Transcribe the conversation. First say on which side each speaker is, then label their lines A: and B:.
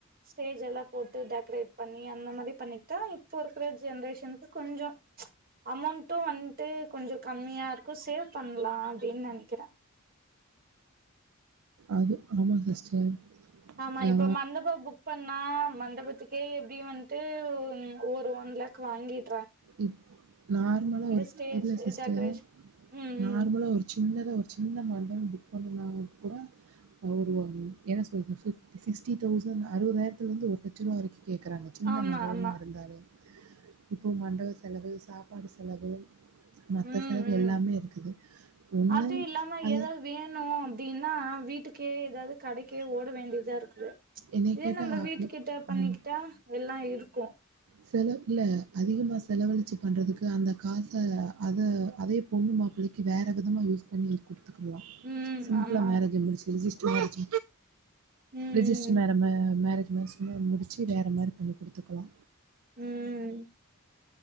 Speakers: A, on the right (about 40°); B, on the right (about 70°).
A: ஸ்டேஜ் எல்லாமக்ஷ போட்டு டெக்கரேட் பண்ணி அந்த மாரி பண்ணிக்டா இப்போ இருக்குற ஜென்ரேஷன்க்கு கொஞ்சொ அமௌண்ட்டு வந்ட்டு கொஞ்சொ கம்மியா இருக்கு சேவ் பண்லா அப்டின்னு நெனைக்கிறே
B: அது ஆமா சிஸ்டர்
A: ஆமா
B: நா
A: இப்ப மண்டபோ புக் பண் னா மண்டபத்துக்கே எப்டி வந்ட்டு ஒரு ஒன் லேக் வாங்கிக்
B: ம் நார்மலா, ஒரு
A: ஸ்டேஜ்
B: இல்ல சிஸ்டர்
A: டெக்கரேஷன் ம்
B: நார்மலா
A: ம்
B: ஒரு சின்னதா ஒரு சின்ன மாண்டபோ புக் பண்ண இல்லாதவங்க கூட அ வருவாங்க, என்ன சொல்றிங்க சிக்ஸ்டி தௌசன் அறுவதாயிரத்தில இருந்து ஒரு லட்ச ரூபா வரைக்கு கேக்குறாங்க சின்ன
A: ஆமா
B: மண்டபமா
A: ஆமா
B: இருந்தாலே இப்போ மண் வரவு செலவு, சாப்பாடு செலவு மத்த
A: ம்
B: செலவு
A: ம்
B: எல்லாமே இருக்குது ஒண்ணு
A: அது இல்லாம
B: அது
A: ஏதாவது வேணு அப்டின்னா வீட்டுக்கே ஏதாவது கடைக்கே ஓட வேண்டியதா இருக்கு
B: என்னைய
A: இதே
B: கேட்டா
A: நம்ம
B: அப்டி
A: வீட்டு கிட்ட பண்ணிக்கிட்டா,
B: ஆமா.
A: எல்லா இரு இருக்கு
B: செலவு இல்ல, அதிகமா செலவழிச்சி பண்றதுக்கு அந்த காச, அத அதே பொண்ணு மாப்பிள்ளைக்கு, வேற விதமா யூஸ் பண்ணி குடு க்கலா,
A: ம்
B: சிம்பிளா
A: ஆமா
B: மேரேஜ முடிச் ரிஜிஸ்ட் மேரேஜ்
A: ம்
B: ரிஜிஸ்ட்
A: ம்
B: மேர ம மேரேஜ் மாரி சும்மா முடிச்சு வேற மாரி பண்ணி கொடுத்துக்கலா
A: உம்.